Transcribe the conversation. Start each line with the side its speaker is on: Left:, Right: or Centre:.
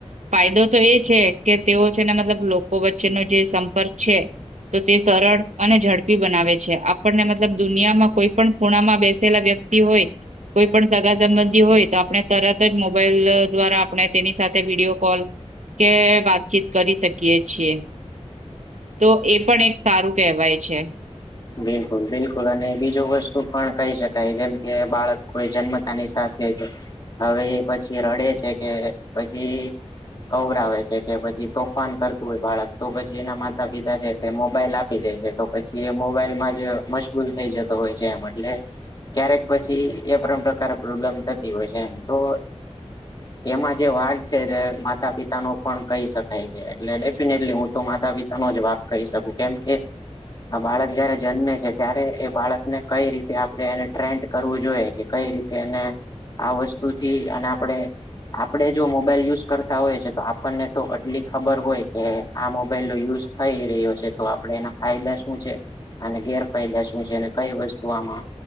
Right: ફાયદો તો એ છે કે તેઓ છે ને મતલબ લોકો વચ્ચેનો જે સંપર્ક છે. તો તે સરળ અને ઝડપી બનાવે છે આપણને મતલબ દુનિયામાં કોઈ પણ ખૂણામાં બેસેલા વ્યક્તિ હોય કોઈ પણ સગા સંબંધી હોય તો આપણે તરત જ મોબાઈલ દ્વારા આપણે તેની સાથે વિડીયો કોલ કે વાતચીત કરી શકીએ છીએ. તો એ પણ એક સારું કહેવાય છે.
Left: બિલકુલ બિલકુલ અને બીજું વસ્તુ પણ કહી શકાય જેમ કે બાળક કોઈ જન્મતાની સાથે જ હવે પછી રડે છે કે પછી કવરાવે છે કે પછી તોફાન કરતું હોય બાળક તો પછી એના માતા પિતા છે તે મોબાઈલ આપી દે છે. તો પછી એ મોબાઈલ માં જ મશગૂલ થઈ જતો હોય છે એમ એટલે ક્યારેક પછી એ પણ પ્રકારે પ્રોબ્લેમ થતી હોય છે તો એમાં જે વાઘ છે તે માતા પિતા નો પણ કહી શકાય છે એટલે ડેફિનેટલી હું તો માતા પિતા ન જવાબ કહી શકું કેમ કે આ બાળક જયારે જન્મે છે ત્યારે એ બાળકને કઈ રીતે આપણે એને ટ્રેન્ડ કરવું જોઈએ કે કઈ રીતે એને આ વસ્તુ થી અને આપડે આપણેે જો મોબાઈલ યુઝ કરતા હોય છે તો આપણને તો આટલી ખબર હોય કે આ મોબાઈલ ન યુઝ થઈ રહ્યો છે તો આપડે એના ફાયદા શું છે અને ગેરફાયદા શું છે અને કઈ વસ્તુ આમાં